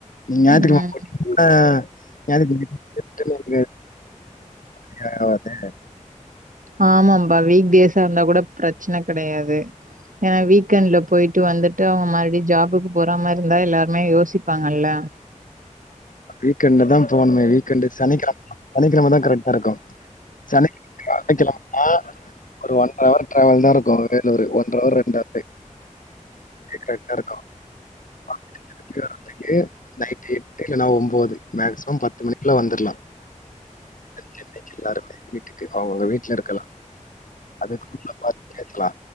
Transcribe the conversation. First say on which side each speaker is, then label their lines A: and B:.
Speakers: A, on the left; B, on the right.
A: நாங்க
B: ம்
A: ஞாயித்து கெழம <unintelligible>
B: ஆமம் வீக் டேஸா இருந்தா கூட பிரச்சனை கெடையாது ஏனா வீக்கெண்ட்ல போயிட்டு வந்துட்டு அவங்க மறுபடி ஜாபுக்கு போற மாரி இருந்தா எல்லாருமே யோசிப்பாங்கல்ல
A: வீக்கெண்ட் தா போணுமே வீக்கெண்ட் சனிக்கெழம சனிக்கெழம தா கரெக்டா இருக்கு சனி நாய்த்து கெழமைனா ஒரு ஒன் ஹவர் டிரவல் தா இருக்கு ஒரு ஒன்ட்ற ஹவர் ரெண்டு ஹவர் <unintelligible> கரெக்ட்டா இருக்கு <unintelligible> திரும்பி வரதுக்கு ஏர் நைட்டு எட்டு இல்லனா ஒம்போது மேக்சிமம் பத்து மணிக்குல வந்துறலா சென்னை எல்லாருமே வீட்டுக்கு அவங்கவுங்க வீட்டுல இருக்கலா அதுக்கு <unintelligible> கேக்கலா